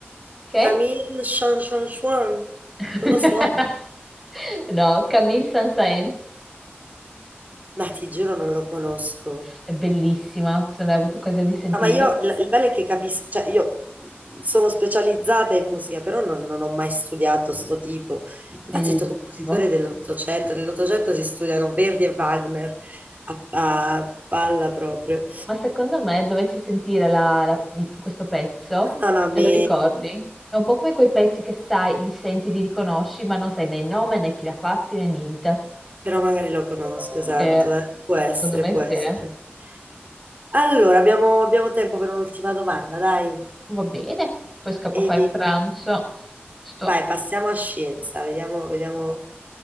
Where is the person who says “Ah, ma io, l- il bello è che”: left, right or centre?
Right